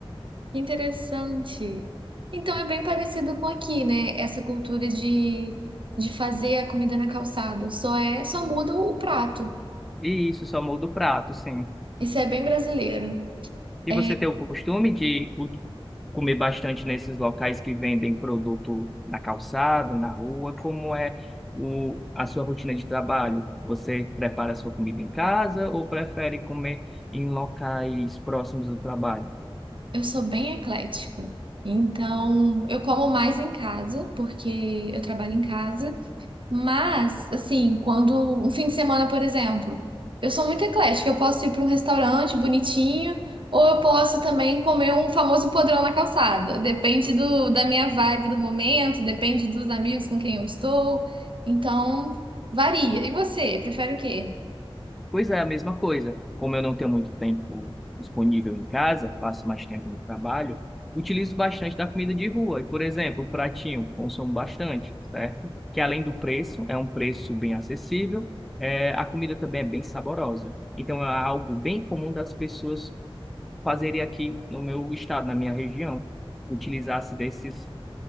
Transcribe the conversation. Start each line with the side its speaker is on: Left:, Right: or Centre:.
Right: que interessante. Então é bem parecido com aqui, né? Essa cultura de, de fazer a comida na calçada. Só é, só muda o prato.
Centre: E isso só muda o prato, sim.
Right: Isso é bem brasileiro.
Centre: E
Right: É,
Centre: você tem o costume de comer bastante nesses locais que vendem produto na calçada, na rua? Como é o, a sua rotina de trabalho? Você prepara sua comida em casa ou prefere comer em locais próximos do trabalho?
Right: eu sou bem eclética. Então, eu como mais em casa, porque eu trabalho em casa. Mas, assim, quando um fim de semana, por exemplo, eu sou muito eclética, eu posso ir para um restaurante bonitinho, ou eu posso também comer um famoso podrão na calçada. Depende do, da minha vibe do momento, depende dos amigos com quem eu estou. Então, varia. E você, prefere o quê?
Centre: Pois é, a mesma coisa. Como eu não tenho muito tempo disponível em casa, passo mais tempo no trabalho, utilizo bastante da comida de rua. E, por exemplo, o pratinho, consumo bastante, certo? Que além do preço, é um preço bem acessível, é, a comida também é bem saborosa. Então, é algo bem comum das pessoas fazerem aqui no meu estado, na minha região, utilizar-se desses,